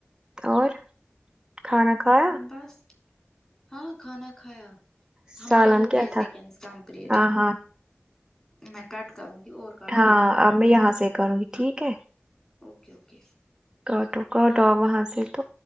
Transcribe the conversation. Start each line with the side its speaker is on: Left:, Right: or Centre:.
Right: اور کھانا کھا
Left: بس ہاں کھانا کھایا
Right: سالن
Left: ہمارے ہوگئے
Right: کیا تھا
Left: سیکنڈ کمپلیٹ
Right: ہاں ہاں
Left: میں کٹ کروں گی اور کروں
Right: ہاں
Left: گی فون
Right: اب میں یہاں سے کروں گی ٹھیک ہے
Left: اوکے اوکے
Right: کراٹو کراٹو وہاں سے تو